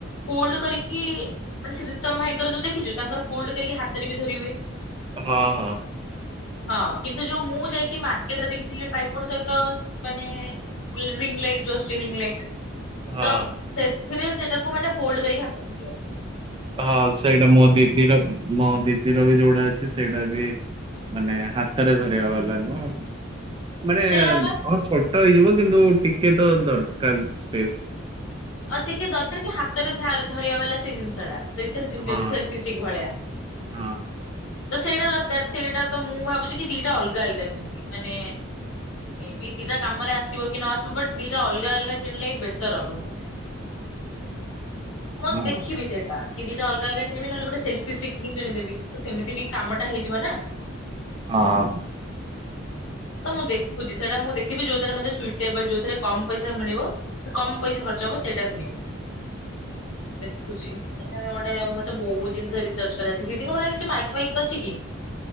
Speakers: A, on the left; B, on the right.
A: ଫୋଲଡ୍ କରିକି ମାନେ ଶ୍ରୀତମ୍ ଭାଇଙ୍କର ଯୋଉ ଦେଖିଛୁ ତାଙ୍କର ଫୋଲଡ କରିକି ହାତରେ ବି ଧରି ହୁଏ।
B: ହଁ, ହଁ।
A: ହଁ କିନ୍ତୁ ଯୋଉ ମୁଁ ଯାଇକି ମାର୍କେଟରେ ଦେଖିଥିଲି ଟ୍ରାଇ ଆ ସହିତ ମାନେ ରିଙ୍ଗ ଲାଇଟ୍ ଆସୁଛି ରିଙ୍ଗ ଲାଇଟ୍
B: ହଁ।
A: ତ ସେ <unintelligible> ସେଥିରେ ସେଇଟାକୁ ମାନେ ଫୋଲଡ୍ କରିକି ହାତ ରଖିଦିଅ।
B: ହଁ ସେଇଟା ମୋ ଦିଦିର ମୋ ଦିଦିର ବି ଯୋଉଟା ଅଛି ସେଇଟା ବି ମାନେ ହାତରେ ଧରିବା ବାଲା ନୁହଁ। ମାନେ
A: ସେଇଆ ବା
B: ହଁ ଛୋଟ ହେଇଯିବ କିନ୍ତୁ ଟିକେ ତ ଦରକାର ସ୍ପେସ
A: ଆଉ ଟିକେ ଦରକାର କି ହାତରେ ଧାର୍ ଧରିବା ବାଲା ସେଇ ଜିନିଷ ଟା। ଭିତରେ ଯେମିତି
B: ହଁ
A: ଅଛି ସେଲଫି ଷ୍ଟିକ୍ ଭଳିଆ
B: ହଁ
A: ତ ସେଇଟା ଦରକାର ସେଇଟା ତ ମୁଁ ଭାବୁଛି କି ଦିଟା ଅଲଗା ଅଲଗା କିଣିବି ମାନେ ଏ ବି ଦିଟା କାମରେ ଆସିବ କି ନ ଆସିବ ବଟ୍ ଦିଟା ଅଲଗା ଅଲଗା କିଣିଲେ ହି ବେଟର ହବ ମୋ ପାଇଁ। ମୁଁ
B: ହଁ
A: ଦେଖିବି ସେଇଟା କି ଦିଟା ଅଲଗ ଅଲଗା କିଣିବି ନହଲେ ଗୋଟେ ସେଲଫିଷ୍ଟିକ୍ ହିଁ କିଣିଦେବି ତ ସେମତି ବି କାମଟା ହେଇଯିବ ନା
B: ହଁ।
A: ତ ମୁଁ ଦେଖୁଛି ସେଇଟା ମୁଁ ଦେଖିବି ଯୋଉଥିରେ ମେ ସୁଇଟେବଲ ଯୋଉଥିରେ କମ ପଇସା ମିଳିବ କମ ପଇସା ଖର୍ଚ୍ଚ ହବ ସେଇଟା କିଣିବି ଦେଖୁଛି। ତଥାପି ଗୋଟେ ମତେ ବହୁ ଜିନ୍ସ ରିସର୍ଚ କରିବାର ଛି ଦିଦିଙ୍କ ପାଖରେ କିଛି ମାଇକ୍ ଫାଇକ୍ ଅଛି କି?